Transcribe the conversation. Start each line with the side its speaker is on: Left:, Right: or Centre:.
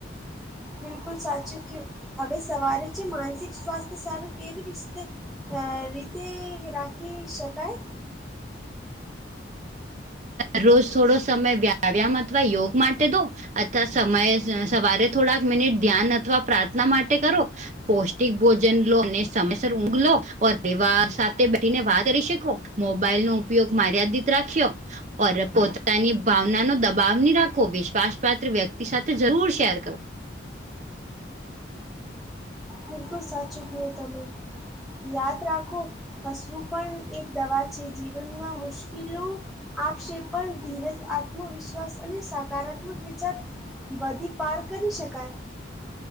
Centre: બિલકુલ સાચું કયું હવે સવારે છે માનસિક સ્વાસ્થ્ય સારું કેવી રીતે અ રીતે રાખી શકાય?
Right: દરરોજ થોડો સમય વ્યાયામ અથવા યોગ માટે દો અથવા સમય સવારે થોડાક મિનિટ ધ્યાન અથવા પ્રાર્થના માટે કરો, પૌષ્ટિક ભોજન લો અને સમયસર ઊંઘ લો પરિવાર સાથે બેઠીને વાત કરી શખો, મોબાઈલનો ઉપયોગ માર્યાદિત રાખ્યો, પર પોતાની ભાવનાનો દબાવ નહી રાખો વિશ્વાસપાત્ર વ્યક્તિ સાથે જરૂર શેર કરો.
Centre: બિલકુલ સાચું કયું તમે. યાદ રાખો હસવું પણ એક દવા છે જીવનમાં મુશકીલો આવશેે પણ ધીરજ આત્મવિશ્વાસ અને સકારાત્મક વિચાર બધી પાર કરી શકાય.